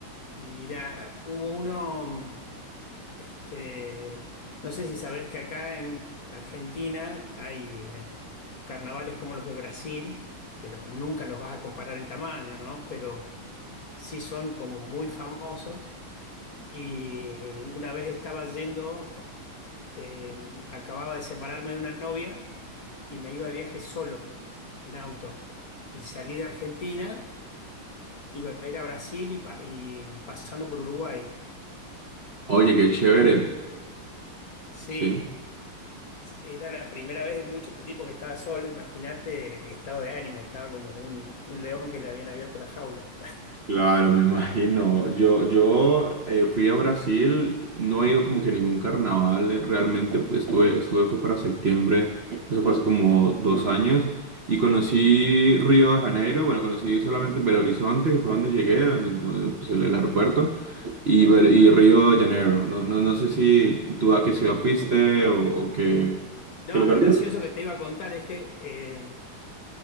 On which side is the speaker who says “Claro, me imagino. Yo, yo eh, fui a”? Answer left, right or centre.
Right